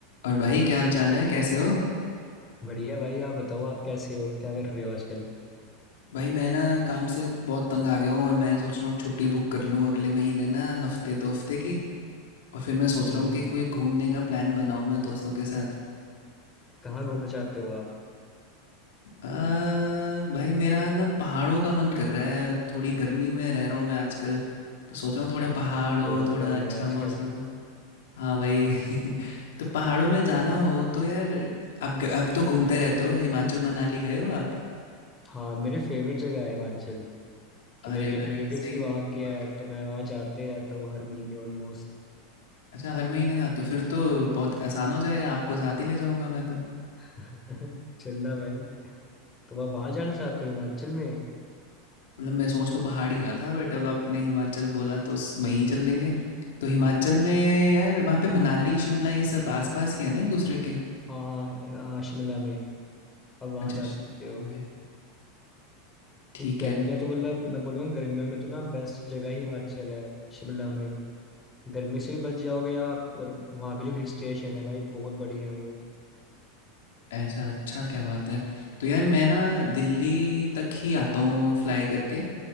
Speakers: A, on the left; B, on the left.
A: और भाई क्या हाल चाल है कैसे हो
B: बढ़िया भाई आप बताओ आप कैसे हो क्या कर रहे हो आजकल
A: भाई मैं ना काम से बहुत तंग आ गया हूँ और मैं सोच रहा हूँ अब छुट्टी बुक कर लूँ अगले महीने ना हफ्ते दो हफ्ते की और फिर मैं सोच रहा
B: हम्म
A: हूँ कि कोई घूमने का प्लान बनाऊँ मैं दोस्तों के साथ
B: कहाँ घूमना चाहते हो आप
A: आ, भाई मेरा ना पहाड़ों का मन कर रहा है थोड़ी गर्मी में रह रहा हूँ मैं आजकल तो सोच रहा हूँ
B: <laughs> हाँ
A: थोड़ा पहाड़
B: हाँ
A: हो
B: बहुत
A: थोड़ा
B: गर्मी
A: अच्छा
B: है आजकल
A: मौसम हाँ भाई <laughs> तो पहाड़ों में जाना हो तो यार अब अब तो घूमते रहते हो हिमाचल मनाली गए हो आप
B: हाँ मेरी फेवरेट जगह है हिमाचल कि
A: अरे
B: मेरे
A: मैंने
B: रिलेटिव्स
A: सही
B: भी वहाँ के
A: कॉल
B: हैं
A: कर
B: तो
A: ली
B: मैं वहाँ जाते ही रहता हूँ हर महीने ऑलमोस्ट
A: अच्छा हर महीने जाते हो फिर तो बहुत आसान हो जाएगा आपको साथ ही ले जाऊंगा मैं तो
B: <laughs> चलना भाई तो आप वहाँ जाना चाहते हो हिमाचल में
A: मतलब मैं सोच तो पहाड़ ही रहा था बट अब आपने हिमाचल बोला तो स- वहीं चल देंगे तो हिमाचल में यार वहाँ पे मनाली शिमला ये सब आसपास ही है ना एक दूसरे के
B: हाँ हाँ हाँ शिमला में आप वहाँ
A: अच्छा
B: जा सकते
A: शिमला
B: हो
A: में ठीक
B: कि गर्मियाँ
A: है
B: तो मतलब मैं बोलूँगा गर्मियों में तो ना बेस्ट जगह ही हिमाचल है शिमला में गर्मी से भी बच जाओगे आप और वहाँ के जो हिल स्टेशन है भाई बहुत बढ़िया है वो
A: ऐसा अच्छा क्या बात है तो यार मैं ना दिल्ली तक ही आता हूँ फ्लाई करके